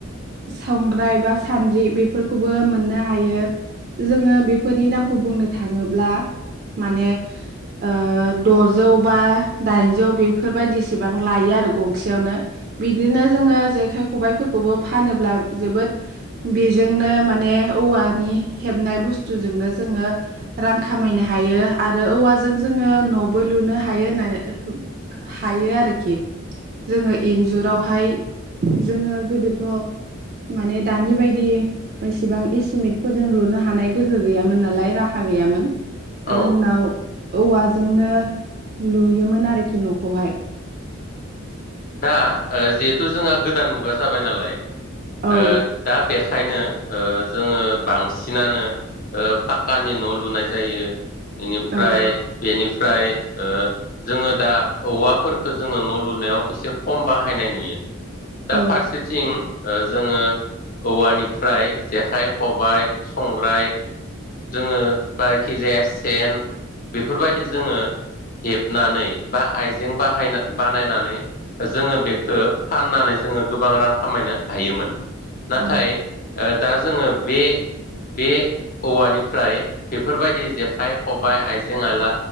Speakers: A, on the right; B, on the left.
A: संग्राय बा सान्द्रि बेफोरखौबो मोननो हायो जोङो बेफोरनि दामखौ बुंनो थाङोब्ला माने ओ द'जौ बा दाइनजौ बेफोरबायदिसिबां लायो आरो गं सेयावनो बिदिनो जोङो जेखाइ खबाइफोरखौबो फानोब्ला जोबोद बेजोंनो माने औवानि हेबनाय बुसतुजोंनो जोङो रां खामायनो हायो आरो औवाजों जोङो न'बो लुनो हायो होननानै हायो आरोखि जोङो इनजुरावहाय जोङो गोदोथ' माने दानि बायदि एसेबां एसिमेटफोरजों लुनो हानाय गोहो गैयामोन नालाय राहा गैयामोन।
B: औ
A: जोंनाव औवाजोंनो लुयोमोन आरोखि न'खौहाय
B: दा ओ जिहेथु जोंहा गोदान मुगा जाबाय नालाय
A: औ
B: ओ दा बे खायनो ओ जोङो बांसिनानो ओ पाक्कानि न' लुनाय जायो। बेनिफ्राय
A: औ
B: बेनिफ फ्राय ओ जोङो दा औवा फोरखो जोङो न' लुनायाव एसे खम बाहायनाय नुयो।
A: औ
B: दा फारसेथिं ओ जोङो औवानिफ्राय जेखाइ खबाय संग्राय जोङो जायखि जाया सेन बेफोरबायदि जोङो हेबनानै बा आइज जें बाहायना बानायनानै जोङो बेखो फाननानै जोङो गोबां रां खामायनो हायोमोन। नाथाय
A: औ
B: ओ दा जोङो बे बे औवानिफ्राय बेफोरबायदि जेखाइ, खबाइ, आइजें आइला